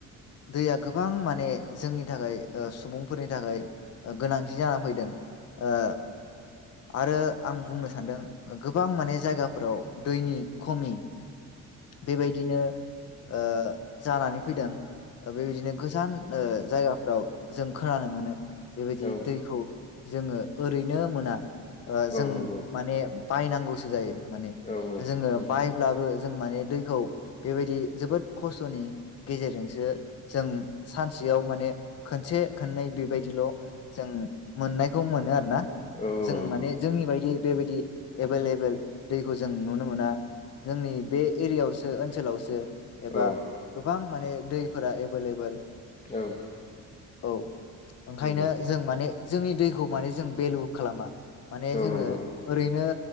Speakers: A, on the left; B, on the left.
A: दैया गोबां माने जोंनि थाखाय ओ सुबुंफोरनि थाखाय गोनांथि जानानै फैदों। ओ। आरो आं बुंनो सान्दों गोबां माने जायगाफोराव दैनि खमि बेबायदिनो ओ जानानै फैदों। बेबायदिनो गोजान ओ जायगाफ्राव जों खोनानो मोनो बेबायदि
B: औ
A: दैखौ जोङो ओरैनो मोना। ओ
B: औ
A: जों
B: नंगौ
A: माने। बायनांगौसो जायो। माने
B: औ औ औ
A: जोङो
B: नंगौ
A: बायब्लाबो। जों माने दैखौ बेबायदि जोबोद खस्थ'नि गेजेरजोंसो जों सानसेयाव माने खनसे खननै बेबाय दिल' जों मोननाय खौ मोनो आर ना
B: औ औ
A: जों
B: नंगौ
A: माने जोंनि बायदि बेबायदि एभलेबेल दैखौ जों नुनो मोना जोंनि बे एरियायावसो ओनसोलावसो एबा
B: औ
A: गोबां माने दैफोरा एभेलेबोल
B: औ नंगौ औ
A: औ
B: नंगौ
A: ओंखायनो जों माने जोंनि दैखौ माने जों भेलु खालामा। माने
B: औ
A: जोङो
B: नंगौ
A: ओरैनो